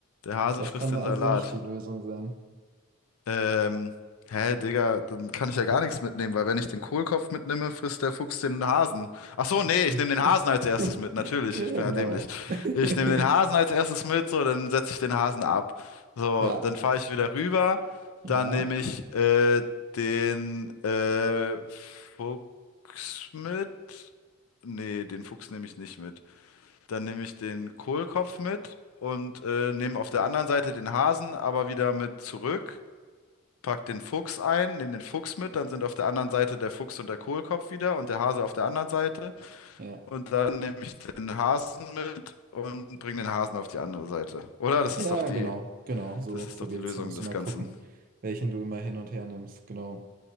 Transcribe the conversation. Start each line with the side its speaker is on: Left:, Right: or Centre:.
Left: der Hase
Right: Das
Left: frisst
Right: kann
Left: den
Right: also
Left: Salat.
Right: nicht die Lösung sein.
Left: Ähm, hä, Digga, dann kann ich ja gar nichts mitnehmen, weil wenn ich den Kohlkopf mitnehme, frisst der Fuchs den Hasen. Ach so, nee,
Right: Okay.
Left: ich nehme den Hasen als erstes
Right: <laughs>
Left: mit, natürlich,
Right: Genau.
Left: ich bin ja dämlich.
Right: <laughs>
Left: Ich nehme den Hasen als erstes mit, so, dann setze ich den Hasen ab. So,
Right: Ja,
Left: dann fahre ich wieder rüber,
Right: ja,
Left: dann nehme ich äh, den äh, Fuchs mit. Nee, den Fuchs nehme ich nicht mit. Dann nehme ich den Kohlkopf mit und äh, nehme auf der anderen Seite den Hasen, aber wieder mit zurück pack den Fuchs ein, nimm den Fuchs mit, dann sind auf der anderen Seite der Fuchs und der Kohlkopf wieder und der Hase auf der anderen Seite.
Right: ja.
Left: Und dann nehme ich den Hasen mit und bringe den Hasen auf die andere Seite. Oder? Das ist
Right: Ja,
Left: doch die,
Right: genau, genau, so,
Left: das ist
Right: so
Left: doch die
Right: geht's.
Left: Lösung
Right: Da musst
Left: des
Right: du mal
Left: Ganzen.
Right: gucken, welchen du immer hin und her nimmst. Genau.